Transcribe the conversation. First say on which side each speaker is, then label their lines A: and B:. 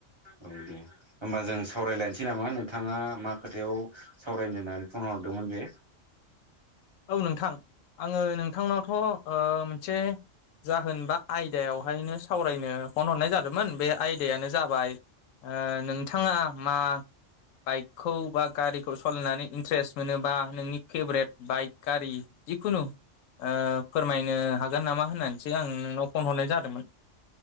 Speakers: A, on the right (about 25°); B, on the left (about 85°).
A: औ दे होनबा जों सावरायलायनोसै नामा नोंथाङा मा खोथायाव सावरायनो होननानै फन हरदोंमोन बे
B: औ नोंथां आङो नोंथांनावथ' ओ मोनसे जाहोनबा आयदायावहायनो सावरायनो फन हरनाय जादोंमोन बे आयदायानो जाबाय ओ नोंथाङा मा बाइकखौ बा गारिखौ सालायनानै इन्ट्रेस्ट मोनोबा नोंनि फेभरेट बाइक गारि जिखुनु ओ फोरमायनो हागोन नामा होननानैसो आं नोंनाव फन हरनाय जादोंमोन।